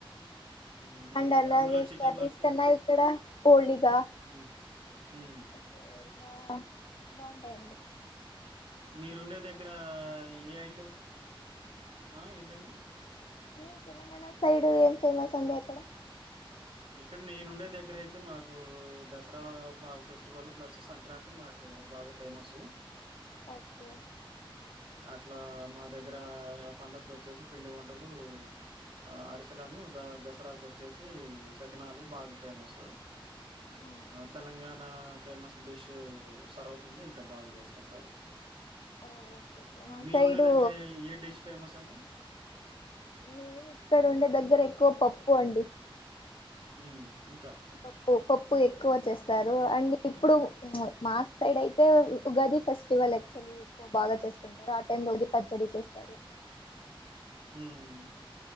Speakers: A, on the right (about 70°); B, on the left (about 70°).
A: మ్మ్ మీ
B: అండ్
A: దగ్గర
B: అలాగే
A: అందులో చికెన్
B: కర్రీస్
A: లోకి
B: కన్నా ఇక్కడ ఓలిగా
A: మ్మ్ మ్మ్
B: సో ఇలా బావుంటాయి అండి
A: మీరుండే దగ్గర ఏ ఐటమ్ ఆ ఏంటండి?
B: మీ తెలంగాణ సైడు ఏం ఫేమస్ అండి అక్కడ?
A: ఇక్కడ్ నేనుండే దెగ్గర అయితే మాకూ దసరా ప ఫెస్టివల్ ప్లస్ సంక్రాంతి మాకు బాగా ఫేమసు
B: ఓకే
A: అట్లా మా దగ్గర ఆ పండగకోచ్చేసి పిండి వంటలు ఆ అరిసెలను అ దసరాకోచ్చేసి సకినాలు బాగ ఫేమసు
B: అవునండి
A: తెలంగాణా ఫేమస్ డిష్ సర్వపిండి ఇంకా బాగా చేస్తుంటారు.
B: ఓ ఓకే ఓకే మా
A: మీరుండే
B: సైడు
A: దగ్గరే ఏ డిష్ ఫేమస్ అండి?
B: మేమిక్కడ ఉండే దగ్గర ఎక్కువ పప్పు అండి.
A: హ్మ్. ఇంకా
B: పప్పు పప్పు ఎక్కువ చేస్తారు. అండ్ ఇప్పుడు మ్మ్ఆ మా సైడ్ అయితే ఉగాది ఫెస్టివల్ యాక్చువల్లీ ఎక్కువ బాగా చేసుకుంటారు. ఆ టైమ్ లో ఉదిపచ్చ వేసేస్తారు
A: ఉమ్